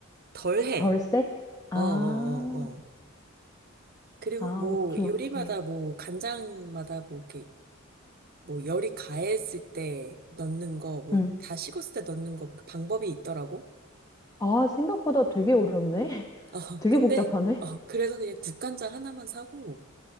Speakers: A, on the right; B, on the left.
A: 덜해.
B: 덜세? 아,
A: 어, 어, 어, 어. 그리고
B: 아,
A: 뭐
B: 오케이,
A: 요리마다
B: 오케이.
A: 뭐 간장마다 뭐 이렇게 뭐 열이 가했을 때 넣는 거, 뭐
B: 응.
A: 다 식었을 때 넣는 거그 방법이 있더라고.
B: 아, 생각보다 되게 어렵네.
A: 어,
B: <laughs> 되게
A: 근데
B: 복잡하네.
A: 어, 그래서 그냥 국간장 하나만 사고